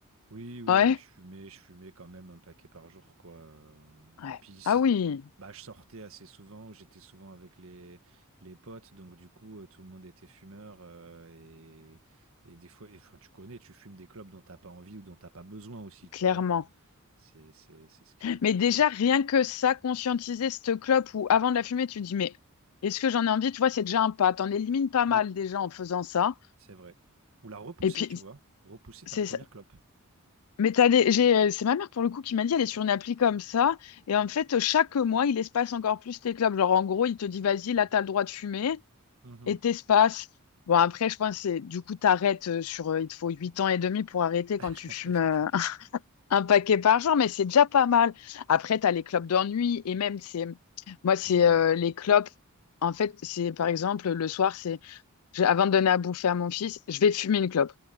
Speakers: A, on the right; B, on the left.
A: Oui, oui,
B: Ouais.
A: oui, je fumais, je fumais quand même un paquet par jour, quoi. Euh,
B: Ouais.
A: Puis si-
B: Ah oui,
A: bah, je sortais assez souvent, j'étais souvent avec les, les potes, donc du coup, euh, tout le monde était fumeur. euh, et, et des fois, et, enfin, tu connais, tu fumes des clopes dont t'as pas envie ou dont t'as pas besoin aussi, tu
B: clairement.
A: vois. C'est, c'est, c'est ce qui est le pire,
B: Mais déjà,
A: quoi.
B: rien que ça, conscientiser cette clope ou avant de la fumer, tu te dis, mais est-ce que j'en ai envie? Tu vois, c'est déjà un pas. T'en élimines pas mal
A: Oui,
B: déjà en faisant ça.
A: c'est vrai. Ou la repousser,
B: Et puis,
A: tu vois. Repousser
B: c'est
A: ta première
B: ça.
A: clope.
B: Mais t'as des... j'ai... euh, c'est ma mère pour le coup qui m'a dit, elle est sur une appli comme ça. Et en fait, chaque mois, il espace encore plus tes clopes. Genre, en gros, il te dit, vas-y, là, t'as le droit de fumer.
A: Mhm.
B: et t'espaces. Bon, après, je pense que c'est- du coup, t'arrêtes euh, sur, euh, il te faut 8 ans et demi pour arrêter quand
A: <laughs>
B: tu fumes euh, <laughs> un paquet par jour, mais c'est déjà pas mal. Après, t'as les clopes d'ennui et même, c'est, moi, c'est
A: Hmm,
B: euh, les clopes. En fait, c'est par exemple, le soir, c'est, je- avant de donner à bouffer à mon fils, je vais fumer une clope.